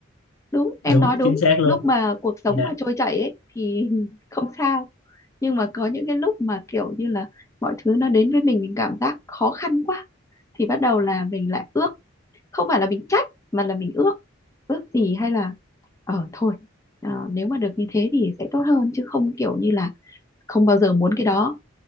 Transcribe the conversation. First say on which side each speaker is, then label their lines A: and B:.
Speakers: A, on the left (about 15°); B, on the left (about 80°).
A: đúng em
B: đúng
A: nói đúng
B: chính xác luôn
A: lúc mà cuộc sống
B: dạ
A: mà trôi chảy ấy thì <laughs> không sao nhưng mà có những cái lúc mà kiểu như là mọi thứ nó đến với mình mình cảm giác khó khăn quá thì bắt đầu là mình lại ước không phải là mình trách mà là mình ước ước gì hay là ờ thôi ờ, nếu mà được như thế thì sẽ tốt hơn chứ không kiểu như là không bao giờ muốn cái đó